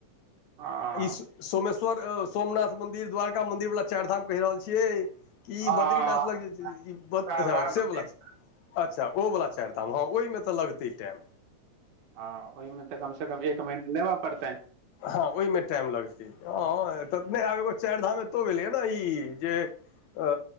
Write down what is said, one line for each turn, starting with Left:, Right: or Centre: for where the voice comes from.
Right: आ
Left: ई सोमेश्वर ए सोमनाथ मंदिर, द्वारका मन्दिर वला चाएर धाम कैह रहल छियै। कि
Right: हँ
Left: बद्रीनाथ लग जे ई बद
Right: वाह
Left: अच्छा
Right: वाह
Left: से
Right: बहिन
Left: वला छै। अच्छा ओ वला चाएर धाम हां ओय मे तऽ लगतै टाइम।
Right: हां ओय मे तऽ कम से कम एक महीना लेबा पड़तैन।
Left: हां ओय मे टाइम लगतै हां तऽ नै आब एगो चाएर धाम एतौ भेलैया नै ई जे अ